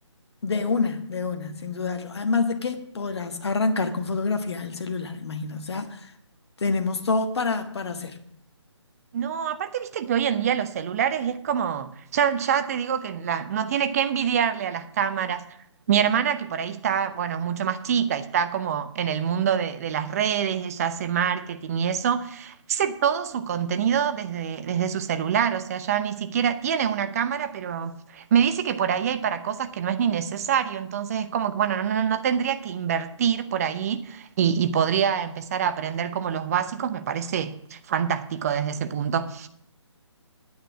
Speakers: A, on the left; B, on the right.
A: De una, de una, sin dudarlo. Además de que podrás arrancar con fotografía del celular, imagino. O sea, tenemos todo para, para hacer.
B: No, aparte viste que hoy en día los celulares es como, ya, ya te digo que la- no tiene que envidiarle a las cámaras. Mi hermana, que por ahí está, bueno, mucho más chica y está como en el mundo de, de las redes, ella hace marketing y eso, hace todo su contenido desde, desde su celular, o sea, ya ni siquiera tiene una cámara, pero me dice que por ahí hay para cosas que no es ni necesario, entonces es como que, bueno, no, no- no tendría que invertir por ahí y, y podría empezar a aprender como los básicos, me parece fantástico desde ese punto.